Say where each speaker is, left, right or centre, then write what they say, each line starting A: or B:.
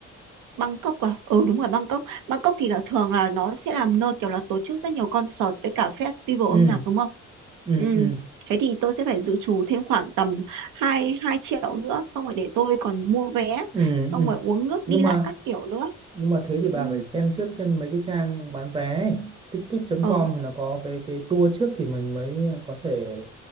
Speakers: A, on the right (about 80°); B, on the right (about 15°).
A: Bangkok à? Ừ đúng rồi Bangkok. Bangkok thì là thường là nó sẽ làm nơi kiểu là tổ chức rất nhiều concert với cả festival
B: ừ
A: âm nhạc đúng không?
B: ừ
A: Ừ.
B: ừ
A: Thế thì tôi sẽ phải dự trù thêm khoảng tầm 2 2 triệu nữa xong rồi để tôi còn mua vé
B: ừ
A: xong
B: ừ
A: rồi uống nước
B: nhưng
A: đi
B: mà
A: lại các kiểu nữa.
B: nhưng mà thế thì bà
A: Ừ.
B: phải xem trước trên mấy cái trang bán vé ấy. Ticket.com
A: Ờ.
B: thì nó có cái cái tour trước thì mình mới có thể